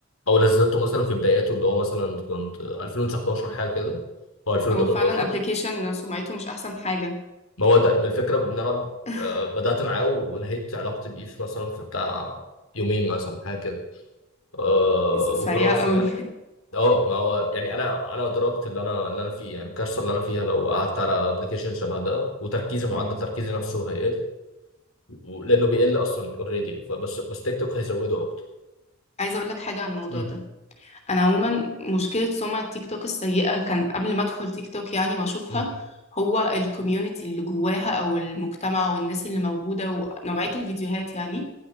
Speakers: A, on the left (about 80°); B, on the left (about 30°).
A: او نزلته مثلا في بداياته اللي هو مثلا كنت 2019 حاجه كده او 2018
B: هو فعلا ابلكيشن سمعته مش احسن حاجة
A: ما هو ده من الفكره ان انا
B: <laughs>
A: آه، بدات معاه ونهيت علاقتي بيه في مثلا في بتاع يومين مثلا حاجه كده أه
B: س- سريعة
A: وخلاص
B: قوي
A: يعني اه ما هو يعني انا انا ادركت اللي انا اللي انا فيه يعني الكارثه اللي انا فيها لو قعدت على ابلكيشن شبه ده وتركيزي معدل
B: <laughs> مم.
A: تركيزي نفسه هيقل و- لانه بيقل اصلا اوريدي فبس بس تيك توك هيزوده اكتر
B: عايزة اقول لك حاجة عن الموضوع
A: امم
B: ده انا عموما مشكلة سمعة تيك توك السيئة كان قبل ما ادخل تيك توك يعني واشوفها
A: امم
B: هو الكوميونتي اللي جواها او المجتمع والناس اللي موجودة ونوعية الفيديوهات يعني